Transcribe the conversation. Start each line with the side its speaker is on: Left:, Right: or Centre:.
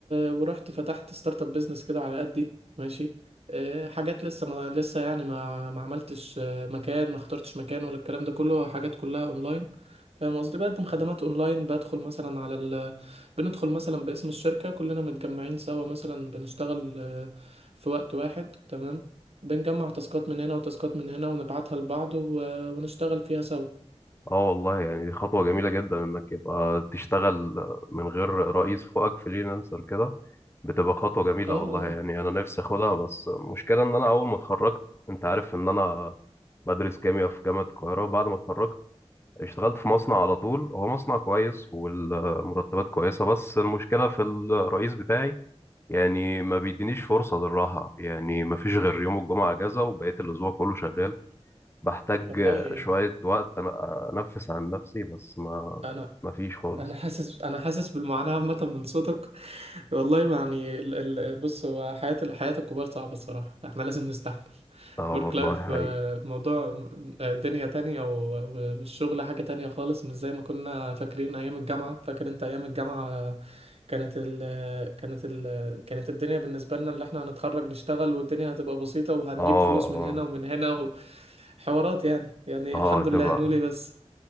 Right: ورحت فتحت ستارت اب بيزنس كده على قدي ماشي آه، حاجات لسه ما لسه يعني ما ما عملتش آه، مكان ما اخترتش مكان ولا الكلام ده كله حاجات كلها اونلاين فاهم قصدي بقدم خدمات اونلاين بدخل مثلا على ال... بندخل مثلا باسم الشركه كلنا متجمعين سوا مثلا بنشتغل آه، في وقت واحد تمام بنجمع تاسكات من هنا وتاسكات من هنا ونبعتها لبعض و... ونشتغل فيها سوا
Left: اه والله يعني دي خطوة جميلة جدا انك يبقى تشتغل من غير رئيس فوقك فريلانسر كده بتبقى خطوة جميلة
Right: اه اه
Left: والله يعني انا نفسي اخدها بس المشكلة ان انا اول ما اتخرجت انت عارف ان انا بدرس كيمياء في جامعة القاهرة بعد ما اتخرجت اشتغلت في مصنع على طول هو مصنع كويس والمرتبات كويسة بس المشكلة في الرئيس بتاعي يعني ما بيدينيش فرصة للراحة يعني ما فيش غير يوم الجمعة اجازة وبقية الاسبوع كله شغال بحتاج
Right: والله
Left: شوية وقت أنا أنفس عن نفسي بس ما
Right: انا
Left: ما فيش خالص
Right: انا حاسس انا حاسس بالمعاناه عامه من صوتك <laughs> والله يعني ال... ال... بص هو حياه ال- حياه الكبار صعبه الصراحه فاحنا لازم نستحمل
Left: اه
Right: الورك
Left: والله
Right: لايف
Left: حقيقي
Right: موضوع آه، دنيا تانية و- و- والشغل حاجه تانية خالص مش زي ما كنا فاكرين ايام الجامعه فاكر انت ايام الجامعه آه، كانت ال... كانت ال... كانت الدنيا بالنسبه لنا اللي احنا هنتخرج نشتغل والدنيا هتبقى بسيطه وهنجيب
Left: اه
Right: فلوس من
Left: اه
Right: هنا ومن هنا وحوارات يعني يعني
Left: اه
Right: الحمد
Left: تبقى
Right: لله هنقول ايه بس